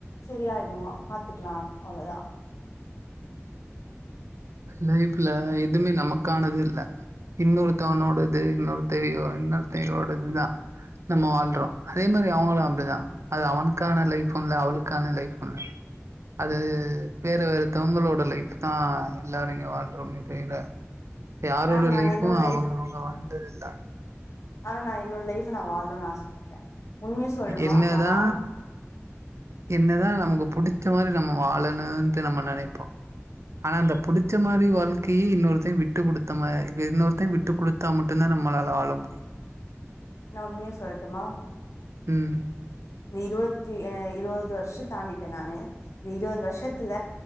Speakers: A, on the left; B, on the right.
A: சரியாயிடு பாத்துக்லா அவ்ளதா
B: லைஃப்ல எதுமே நமக்கானதில்ல இன்னொருத்தவனோடது இன்னொரு தவயோ இன்னொருதவயோடதுதா நம்ம வாழ்றோ அதே மாரி அவுங்களுக்கு அப்டிதா அது அவனுக்கான லைஃபுல்ல அவளுக்கான லைஃபுல்ல அது வேற வேற தவுங்களோட லைஃப் தா எல்லாரு இங்க வாழ்றோமே தெவிர யாரோட
A: ஆனா நா
B: லைஃப்பு
A: என்னோட
B: அவுங்கவுங்க
A: லைஃப்
B: வாழ்ரதில்ல
A: ஆனா நா என்னோட லைஃப நா வாழ்ணுன் ஆசப்பட்டே உண்மைய சொல்லணுமா
B: என்னதா
A: நா வாழ்
B: என்னதா நமக்கு புடு ச்ச மாரி நம்ம வாழணுன்ட்டு நம்ம நெனைப்போ ஆனா அந்த புடுச்ச மாரி வாழ்க்கையே இன்னொருத்தெ விட்டு குடுத்த மா இன்னொருத்தெ விட்டு குடுத்தா மட்டுந்தா நம்மளால வாழ முடியும்‌.
A: நா உண்மைய சொல்லட்டுமா
B: ம்
A: இருவத்தி அ இருவது வருஷம் தாண்டிடேன் நானு இருவது வருஷத்துல